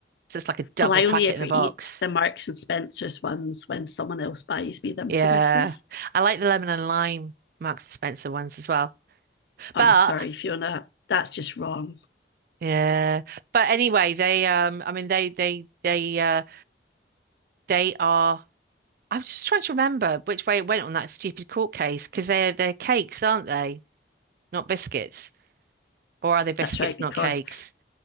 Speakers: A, on the right (about 55°); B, on the left (about 70°).
A: So it's like a double
B: Well, I
A: packet
B: only ever
A: in the
B: eat
A: box.
B: the Marks and Spencer's ones when someone else buys me them,
A: Yeah.
B: so they're free.
A: I like the lemon and lime Marks and Spencer ones as well.
B: I'm
A: But
B: sorry, Fiona, that's just wrong.
A: yeah. But anyway, they um I mean they they they uh they are I'm just trying to remember which way it went on that stupid court case because they're they're cakes, aren't they? Not biscuits. Or are they biscuits,
B: That's right, because
A: not cakes?